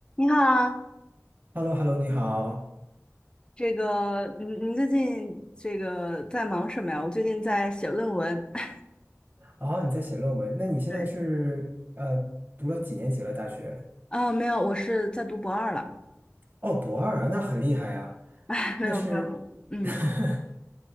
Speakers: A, on the left (about 20°); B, on the right (about 35°).
A: 你好啊，
B: h e l l o h e l l o 你好。
A: 这个您您最近这个在忙什么呀？我最近在写论文。<laughs>
B: 哦，你在写论文？那你现在是呃读了几年级了？
A: 对，
B: 大学？
A: 啊，没有，我是在读博二了。
B: 哦，博二啊，那很厉害呀。
A: <laughs> 没有没有，
B: 那是，
A: 嗯，
B: <laughs>